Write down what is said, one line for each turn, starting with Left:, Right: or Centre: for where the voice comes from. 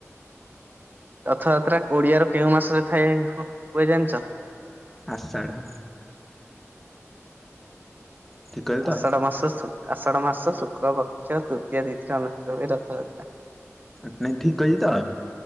Right: ରଥଯାତ୍ରା ଓଡିଆର କେଉଁ ମାସରେ ଥାଏ ହୁ ହୁଏ ଜାଣ୍ଚ?
Centre: ଆଷାଢ଼। ଠିକ କହିଲି ତ?
Right: ଆଠଢ଼ ମାସ ସୁ ଆଷାଢ଼ ମାସ ଶୁକ୍ଳ ପକ୍ଷ ତୃତୀୟ ତିଥି ଅନୁଷ୍ଠିତ ହଏ ରଥଯାତ୍ରା।
Centre: ଆଟାଇ ଠିକ୍ କହିଛି ତ?